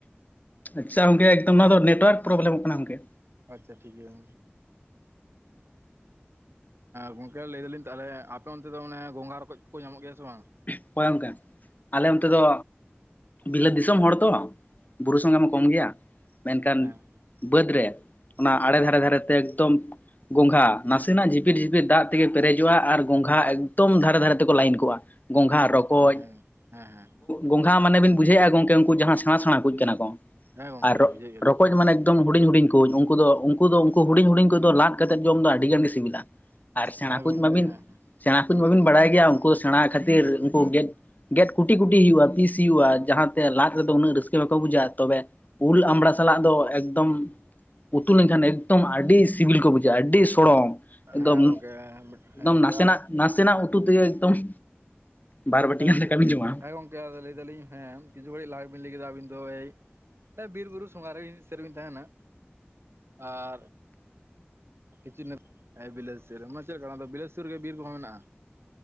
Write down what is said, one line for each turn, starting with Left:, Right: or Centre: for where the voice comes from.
Left: ᱟᱪᱪᱷᱟ ᱜᱚᱢᱠᱮ ᱮᱠᱫᱚᱢ ᱱᱚᱣᱟ ᱫᱚ ᱱᱮᱴᱳᱣᱟᱨᱠ ᱯᱨᱚᱵᱞᱮᱢ ᱠᱟᱱᱟ ᱜᱚᱢᱠᱮ
Right: ᱟᱪᱪᱷᱟ ᱴᱷᱤᱠ ᱜᱮᱭᱟ ᱜᱚᱝᱠᱮ ᱞᱟᱹᱭ ᱫᱟᱞᱤᱧ ᱛᱟᱦᱚᱞᱮ ᱟᱯᱮ ᱚᱱᱛᱮ ᱫᱚ ᱚᱱᱮ ᱜᱚᱝᱜᱟ ᱨᱚᱠᱚᱡ ᱠᱚ ᱧᱟᱢᱚᱜ ᱜᱮᱭᱟ ᱥᱮ ᱵᱟᱝ᱾
Left: ᱚᱠᱚᱭ ᱜᱚᱢᱠᱮ ᱟᱞᱮ ᱚᱱᱛᱮ ᱫᱚ ᱵᱤᱞᱟᱹᱛ ᱫᱤᱥᱚᱢ ᱦᱚᱲ ᱛᱚ ᱵᱩᱨᱩ ᱥᱚᱸᱜᱮ ᱢᱟ ᱠᱚᱢ ᱜᱮᱭᱟ ᱢᱮᱱᱠᱷᱟᱱ
Right: ᱦᱮᱸ
Left: ᱵᱟᱹᱫᱽ ᱨᱮ ᱚᱱᱟ ᱟᱲᱮ ᱫᱷᱟᱨᱮ ᱫᱷᱟᱨᱮᱛᱮ ᱮᱠᱫᱚᱢ ᱜᱚᱝᱜᱷᱟ ᱱᱟᱥᱮᱱᱟᱜ ᱡᱷᱤᱯᱤᱨ ᱡᱷᱤᱤᱯᱤᱨ ᱫᱟᱜ ᱛᱮᱜᱮ ᱯᱮᱨᱮᱡᱚᱜᱼᱟ ᱟᱨ ᱜᱚᱝᱜᱷᱟ ᱮᱠᱫᱚᱢ ᱫᱷᱟᱨᱮ ᱫᱷᱟᱨᱮ ᱛᱮᱠᱚ ᱞᱟᱭᱤᱱ ᱠᱚᱜᱼᱟ᱾ ᱜᱚᱝᱜᱷᱟ ᱨᱚᱠᱚᱡ
Right: ᱟᱪᱪᱷᱟ ᱦᱮᱸ ᱦᱮᱸ ᱦᱮᱸ
Left: ᱜᱚᱝᱜᱷᱟ ᱢᱟᱱᱮ ᱵᱤᱱ ᱵᱩᱡᱷᱟᱹᱣᱮᱫᱼᱟ ᱜᱚᱢᱠᱮ ᱩᱱᱠᱩ ᱡᱟᱦᱟᱸ ᱥᱮᱬᱟ ᱥᱮᱬᱟ ᱠᱚ ᱠᱟᱱᱟ ᱠᱚ
Right: ᱦᱮᱸ ᱜᱚᱝᱠᱮ
Left: ᱟᱨᱚ
Right: ᱵᱩᱡᱷᱟᱹᱣᱮᱫ ᱜᱮᱭᱟᱞᱤᱧ
Left: ᱨᱚᱠᱚᱡ ᱢᱟᱱᱮ ᱮᱠᱫᱚᱢ ᱦᱩᱰᱤᱧ ᱦᱩᱰᱤᱧ ᱠᱚ ᱩᱱᱠᱩ ᱫᱚ ᱩᱱᱠᱩ ᱫᱚ ᱩᱱᱠᱩ ᱦᱩᱰᱤᱧ ᱦᱩᱰᱤᱧ ᱠᱚᱫᱚ ᱞᱟᱫ ᱠᱟᱛᱮᱫ ᱡᱚᱢ ᱫᱚ ᱟᱹᱰᱤ ᱜᱟᱱ ᱜᱮ ᱥᱤᱵᱤᱞᱟ᱾ ᱟᱨ ᱥᱮᱬᱟ
Right: ᱦᱮᱸ
Left: ᱠᱚ
Right: ᱜᱚᱝᱠᱮ
Left: ᱢᱟᱵᱤᱱ
Right: ᱦᱮᱸ ᱦᱮᱸ
Left: ᱥᱮᱬᱟ ᱠᱚ ᱢᱟᱵᱤᱱ ᱵᱟᱲᱟᱭ
Right: ᱟᱫᱚ
Left: ᱜᱮᱭᱟ ᱩᱱᱠᱩ ᱥᱮᱬᱟ ᱠᱷᱟᱹᱛᱤᱨ ᱩᱱᱠᱩ ᱜᱮᱫ ᱜᱮᱫ ᱠᱩᱴᱤ ᱠᱩᱴᱤ ᱦᱩᱭᱩᱜᱼᱟ ᱯᱤᱥ ᱦᱩᱭᱩᱜᱼᱟ, ᱡᱟᱦᱟ ᱛᱮ ᱞᱟᱫ ᱨᱮᱫᱚ ᱩᱱᱟᱹᱜ ᱨᱟᱹᱥᱠᱟᱹ ᱵᱟᱠᱚ ᱵᱩᱡᱟᱼᱟ, ᱛᱚᱵᱮ ᱩᱞ ᱟᱢᱲᱟ ᱥᱟᱞᱟᱜ ᱫᱚ ᱮᱠᱫᱚᱢ ᱩᱛᱩ ᱞᱮᱱᱠᱷᱟᱱ ᱮᱠᱫᱚᱢ ᱟᱹᱰᱤ ᱥᱤᱵᱤᱞ ᱠᱚ ᱵᱩᱡᱷᱟᱹᱜᱼᱟ ᱟᱹᱰᱤ ᱥᱚᱲᱚᱢ᱾ ᱮᱠᱫᱚᱢ
Right: ᱦᱮᱸ ᱜᱚᱝᱠᱮ ᱦᱮᱸ
Left: ᱮᱠᱫᱚᱢ
Right: ᱜᱚᱝᱠᱮ
Left: ᱱᱟᱥᱮᱱᱟᱜ
Right: ᱟᱫᱚ
Left: ᱱᱟᱥᱮᱱᱟᱜ ᱩᱛᱩ ᱛᱮᱜᱮ ᱮᱠᱫᱚᱢ ᱵᱟᱨ ᱵᱟᱴᱤ
Right: ᱦᱮᱸ
Left: ᱜᱟᱱ
Right: ᱜᱚᱢᱠᱮ
Left: ᱫᱟᱠᱟ ᱵᱤᱱ ᱡᱚᱢᱟ
Right: ᱦᱮᱸ ᱜᱚᱝᱠᱮ ᱟᱫᱚ ᱞᱟᱹᱭ ᱫᱟᱞᱤᱧ ᱦᱮᱸ ᱠᱤᱪᱷᱩ ᱜᱷᱟᱹᱲᱤᱡ ᱞᱟᱦᱟ ᱵᱤᱱ ᱞᱟᱹᱭ ᱠᱮᱫᱟ ᱟᱵᱤᱱ ᱫᱚᱭ ᱵᱤᱨᱼᱵᱩᱨᱩ ᱥᱚᱸᱜᱷᱟᱨ ᱨᱮ ᱥᱮᱨᱮ ᱵᱤᱱ ᱛᱟᱦᱮᱱᱟ ᱟᱨ ᱠᱤᱪᱷᱩᱱ ᱦᱮ ᱵᱤᱞᱟᱹᱛ ᱥᱩᱨ ᱨᱮ ᱪᱮᱫ ᱠᱟᱱᱟ ᱵᱤᱞᱟᱹᱛ ᱥᱩᱨ ᱨᱮ ᱵᱤᱨ ᱠᱚᱦᱚᱸ ᱢᱮᱱᱟᱜᱼᱟ᱾